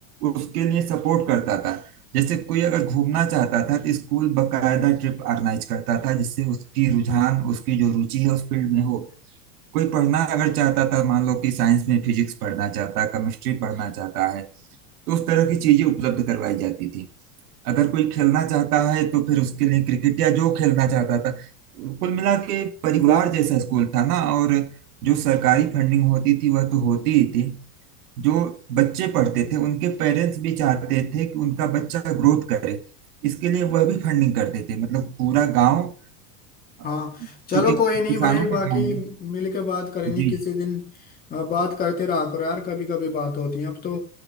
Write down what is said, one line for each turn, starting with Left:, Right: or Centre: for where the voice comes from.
Right: उसके लिए सपोर्ट करता था जैसे कोई अगर घूमना चाहता था तो स्कूल बकायदा ट्रिप ऑर्गेनाइज करता था जिससे उसकी रुझान उसकी जो रुचि है उस फील्ड में हो कोई पढ़ना अगर चाहता था मान लो कि साइंस में फिजिक्स पढ़ना चाहता केमिस्ट्री पढ़ना चाहता है तो उस तरह की चीजें उपलब्ध करवाई जाती थी अगर कोई खेलना चाहता है तो फिर उसके लिए क्रिकेट या जो खेलना चाहता था कुल मिला के परिवार जैसा स्कूल था ना और जो सरकारी फंडिंग होती थी वह तो होती ही थी जो बच्चे पढ़ते थे उनके पेरेंट्स भी चाहते थे कि उनका बच्चा ग्रोथ करे इसके लिए वह भी फंडिंग करते थे मतलब पूरा गांव अ,
Left: हाँ चलो
Right: चूंकि
Left: कोई
Right: किसानों
Left: नहीं भाई
Right: का
Left: बाकी
Right: गांव है
Left: मिल के बात करेंगे
Right: जी
Left: किसी दिन अ, बात करते रहा करो यार कभी कभी बात होती है अब तो